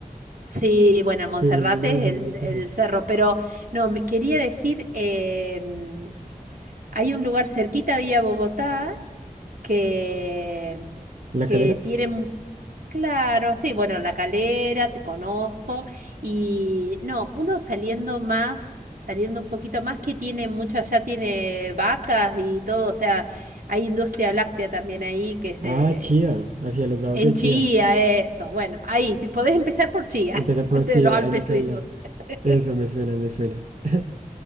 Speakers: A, on the right; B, on the right.
A: Sí, bueno,
B: Subiendo
A: Monserrate
B: y bajando
A: es el,
B: Monserrate.
A: el cerro, pero no, me- quería decir, em, hay un lugar cerquita de ahí a Bogotá que,
B: ¿La
A: que
B: calera?
A: tiene, Claro, sí, bueno, La Calera, te conozco. Y no, uno saliendo más, saliendo un poquito más, que tiene mucho, allá tiene vacas y todo, o sea, hay industria láctea también ahí que se...
B: Ah, Chía. Hacia los lados
A: En
B: de
A: Chía,
B: Chía.
A: eso. Bueno, ahí, si podés empezar por Chía,
B: Empieza
A: <laughs>
B: por
A: antes
B: sí,
A: de los
B: ahí
A: Alpes
B: me queda
A: suizos.
B: la.
A: <laughs>
B: Eso me suena, me suena. <laughs>